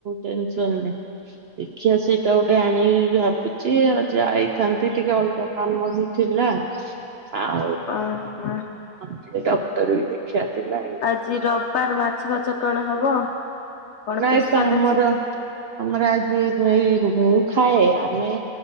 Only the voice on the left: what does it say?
ଉଁ, ଉଁ।
ଆଜି ରବିବାର ମାଛ ଫାଚ କଣ ହବ? କଣ
ସ୍ପେଶାଲ
ଆଜି?